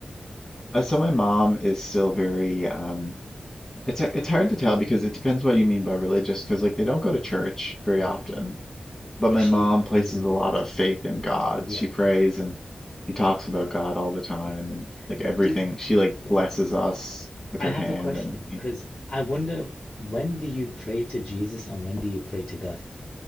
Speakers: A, on the left; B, on the left.
A: I- so my mom is still very um it's it's hard to tell because it depends what you mean by religious because like they don't go to church very
B: mm,
A: often but
B: but
A: my
B: she
A: mom
B: prays
A: places
B: and
A: a
B: believes?
A: lot of faith in God
B: Yeah.
A: she prays and she talks about God all the time
B: Mm.
A: and like everything
B: Do,
A: she like
B: yeah.
A: blesses us with
B: I
A: her
B: have
A: hand
B: a question
A: and
B: because I wonder when do you pray to Jesus and when do you pray to God?